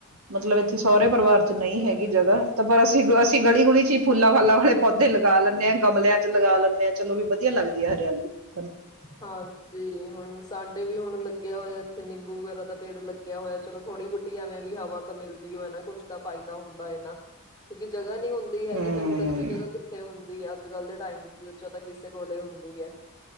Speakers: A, on the right; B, on the left.
A: ਮਤਲਬ ਇੱਥੇ ਸਹੁਰੇ ਪਰਿਵਾਰ ਚ ਨਹੀਂ ਹੈਗੀ ਜਗ੍ਹਾ ਤੇ ਪਰ ਅਸੀਂ ਅਸੀਂ ਗਲੀ ਗੁਲੀ ਚ ਹੀ ਫੁਲਾਂ ਫਾਲਾਂ ਵਾਲੇ ਪੌਦੇ ਲਗਾ ਲੈਂਦੇ ਹਾਂ ਗਮਲਿਆਂ ਚ ਲਗਾ ਲੈਂਦੇ ਹਾਂ ਚਲੋ ਵੀ ਵਧੀਆ ਲੱਗਦੀ ਹੈ ਹਰਿਆਲੀ ਤੇ
B: ਹਾਂਜੀ ਹੁਣ ਸਾਡੇ ਵੀ ਹੁਣ ਲੱਗਿਆ ਹੋਇਆ ਇੱਥੇ ਨਿੰਬੂ ਵਗੈਰਾ ਦਾ ਪੇੜ ਲੱਗਿਆ ਹੋਇਆ ਚਲੋ ਥੋੜ੍ਹੀ ਫਹੁਟੀ ਐਵੇਂ ਵੀ ਹਵਾ ਤਾਂ ਮਿਲਦੀ ਹੋ ਹੈ ਨਾ ਕੁਛ ਤਾਂ ਫਾਇਦਾ ਹੁੰਦਾ ਇਹਨਾ ਕਿਉਂਕਿ ਜਗ੍ਹਾ ਹੁੰਦੀ ਹੈਗੀ
A: ਹਮ
B: ਫ਼ਿਰ ਹੁਣ ਕੱਚੀ ਜਗ੍ਹਾ ਕਿੱਥੇ ਹੁੰਦੀ ਆ ਅੱਜ ਕੱਲ ਦੇ ਟਾਈਮ ਦੀਾ ਤਾਂ ਕਿਸੇ ਕੋਲੇ ਹੁੰਦੀ ਹੈ